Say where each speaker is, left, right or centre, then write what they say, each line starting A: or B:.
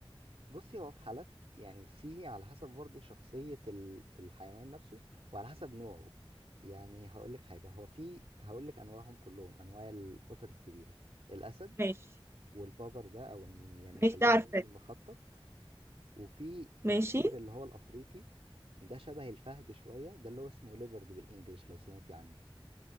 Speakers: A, on the right; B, on the right.
A: بصي هو في حالات يعني في على حسب برضه شخصية ال- الحيوان نفسه وعلى حسب نوعه يعني هقولك حاجة هو في هقولك أنواعهم كلهم أنواع القطط الكبيرة الأسد
B: ماشي
A: والبابر ده أو إن- يعني
B: ماشي
A: خلينا
B: ده عارفاه
A: النمر المخطط وفي
B: ماشي
A: النمر اللي هو الأفريقي ده شبه الفهد شوية ده اللي هو اسمه ليبرد بالإنجلش لو سمعتي عنه